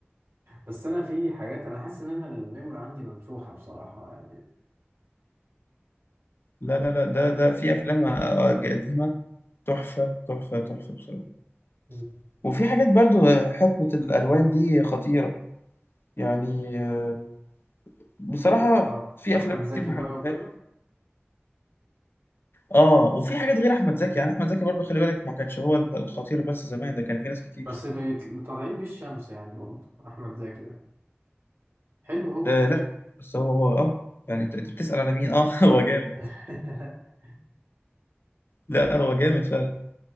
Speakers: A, on the right; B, on the left.
A: بس انا في حاجات انا حاسس ان انا الميموري عندي ممسوحة بصراحة يعني
B: لا لا لا ده ده في أفلام آه، قديمة تحفة تحفة تحفة بصراحة
A: مم.
B: وفي حاجات برضو آه، حقبة الألوان دي خطيرة يعني آه، بصراحة
A: اه
B: في
A: احمد
B: أفلام كتير
A: زكي
B: ما
A: بقى
B: حبيتهاش
A: وكده
B: اه وفي حاجات غير احمد زكي يعني احمد زكي برضه خلي بالك ما كانش هو الخطير بس زمان ده كان في ناس كتير
A: بس بيطل- طالعين بالشمس يعني برضه احمد زكي ده حلو هو
B: آه لا بس هو هو اه يعني انت أنت بتسأل على مين اه <laughs> هو جامد
A: <laughs>
B: لا هو جامد فعلا